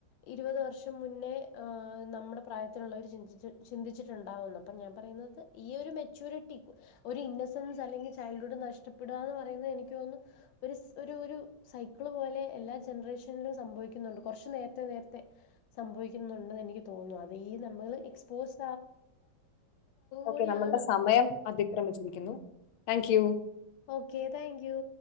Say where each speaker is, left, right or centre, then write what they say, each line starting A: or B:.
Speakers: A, on the left; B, on the left.
A: ഇരുപത് വർഷം മുന്നേ നമ്മുടെ പ്രായത്തിലുള്ള ഒരു ചിന്തി ചിന്തിച്ചിട്ടുണ്ടാാവുന്നു അപ്പൊ ഞാൻ പറയുന്നത് ഈ ഒരു മെച്യൂരിറ്റി ഒരു ഇന്നസെൻസ് അല്ലെങ്കിൽ ചൈൽഡ്ഹുഡ് നഷ്ടപ്പെടുക എന്ന് പറയുന്നത് എനിക്ക് തോന്നുന്നു ഒരു ഒരു ഒരു സൈക്കിള് പോലെ എല്ലാ ജനറേഷനിലും സംഭവിക്കുന്നുണ്ട് കുറച്ച് നേരത്തെ നേരത്തെ സംഭവിക്കുന്നുണ്ടെന്ന് എനിക്ക് തോന്നുന്നു അത ഈ നമ്മള് എക്സ്പോസ്
B: ഓക്കേ
A: കൂടിയാണത്
B: നമ്മളുടെ സമയം അതിക്രമിച്ചിരിക്കുന്നു thank you
A: okay thank U